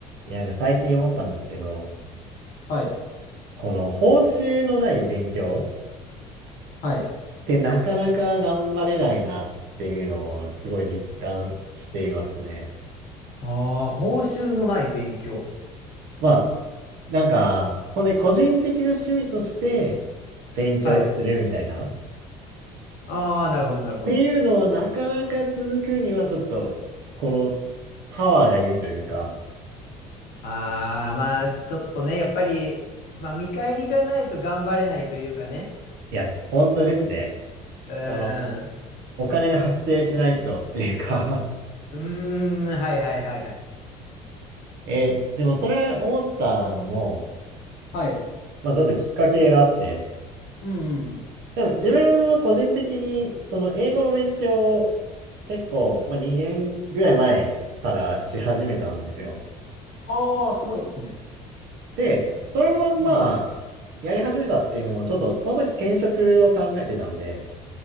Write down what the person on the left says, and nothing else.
はい。
はい。
ああ、報酬のない勉強。
はい。ああ、なるほど、なるほど。
ああ、まあ、ちょっとね、やっぱり、まあ、見返りがないと頑張れないというかね。
うーん。
うーん、はいはいはいはい。
はい。
うん。
ああ、すごいですね。
うん。